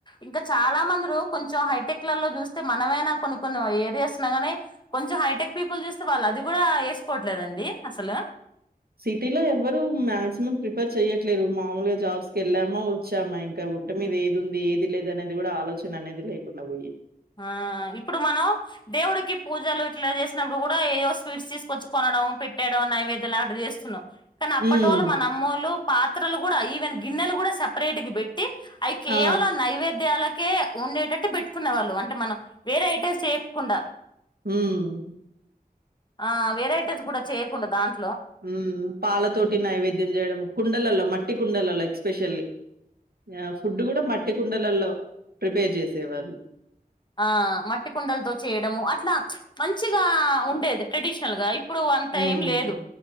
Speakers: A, on the left; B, on the right.
A: ఇంకా చాలా మందిరు కొంచెం హైటెక్ కొన్నిట్లలో చూస్తే మనమైనా కొన్ని కొన్ని ఏరియాస్ లో గాని కొంచెం హైటెక్ పీపుల్ చూస్తే వాళ్ళు అది కూడా వేస్ వేసుకోవట్లేదండి అసలు
B: సిటీలో ఎవ్వరూ మాక్సిమం ప్రిఫర్ చెయ్యట్లేదు మామూలుగా జాబ్స్ వెళ్ళామా వచ్చామా ఇంకా వంటి మీద ఏది ఉంది ఏది లేదు అనేది కూడా ఆలోచన అనేది లేకుండా పోయింది
A: ఆ ఇప్పుడు మనం దేవుడికి పూజలు ఇట్లా చేసినప్పుడు కూడా ఏదో స్వీట్స్ తీసుకొచ్చుకోన పెట్టేడం నైవేద్యం ఆట్లా చేస్తున్నావు కానీ అప్పటోళ్ళు
B: హ్మ్.
A: మన అమ్మోళ్లు పాత్రలు కూడా ఈవెన్ గిన్నెలు కూడా సపరేట్ గా పెట్టి పెట్టి అవి కేవలం
B: ఆ!
A: నైవేద్యాలకే ఉండేటట్టు పెట్టుకునే వాళ్ళు అ అంటే మనం వేరే ఐటమ్స్ చేయకుండా
B: హమ్
A: ఆ వెరైటీస్ కూడా చేయ్యకుండ దాన్
B: ఊ పాలతోటి నైవేద్యం చేయడం కుండలల మట్టి కుండలల ఎక్స్పెషల్లీ ఆ ఫుడ్ కూడా మట్టి కుండలలో ప్రిపేర్ చేసేవాళ్ళు
A: ఆ మట్టి కుండలతో చేయడము అట్లా ప్చ్ మంచిగా ఉండేది ట్రెడిషనల్ గా ఇప్ ఇప్పుడు అంత
B: హ్మ్.
A: ఏం లేదు